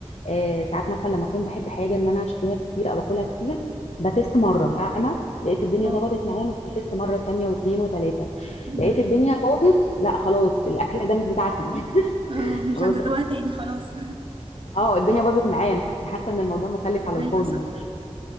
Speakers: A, on the left; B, on the right.
A: آه ساعات مثلا لما اكون بحب حاجه ان انا اشتريها كتير او اكلها كتير بتست مره فاهمه لقيت الدنيا
B: اه
A: ظبطت معايا ممكن بتست مره تانية واتنين وتلاته
B: م-
A: لقيت الدنيا باظت لا خلاص الاكل ده مش بتاعتي
B: اه
A: <laughs>
B: مش
A: خلاص
B: هجربها تاني خلاص
A: اه الدنيا باظت معايا انا حاسه ان الموضوع مكلف على
B: <laughs>
A: الفاضي
B: ايوه صح